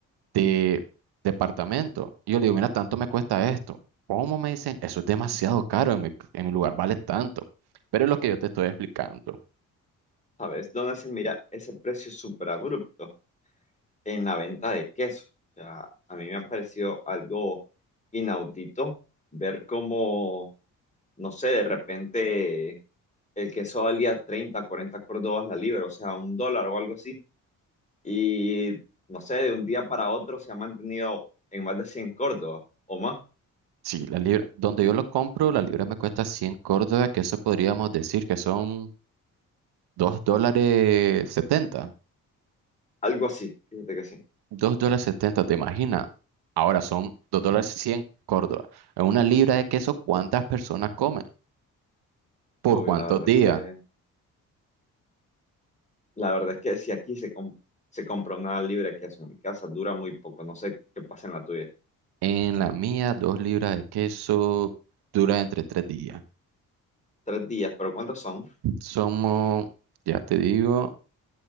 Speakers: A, on the right (about 70°); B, on the left (about 15°).
A: de departamento. Y yo le digo, mira, tanto me cuesta esto. ¿Cómo me dicen? Eso es demasiado caro, en mi, en mi lugar vale tanto. Pero es lo que yo te estoy explicando.
B: ¿sabes? ¿Dónde se mira ese precio súper abrupto? En la venta de queso. O sea, a mí me ha parecido algo inaudito ver cómo no sé, de repente el queso valía 30 40 córdobas la libra, o sea, un dólar o algo así. Y no sé, de un día para otro se ha mantenido en más de 100 córdobas o más,
A: Sí, la libra, donde yo lo compro, la libra me cuesta 100 córdobas, que eso podríamos decir que son dos dólares setenta
B: algo así, fíjate que sí.
A: dos dólares setenta ¿te imaginas? Ahora son 2 dólares 100 córdobas. En una libra de queso, ¿cuántas personas comen? ¿Por
B: Uy,
A: cuántos
B: la verdad
A: días?
B: es que, la verdad es que si aquí se, com- se compra una libra de queso en mi casa, dura muy poco, no sé qué pasa en la tuya.
A: En la mía, dos libras de queso dura entre tres días.
B: Tres días, pero ¿cuántos son?
A: Somos, ya te digo,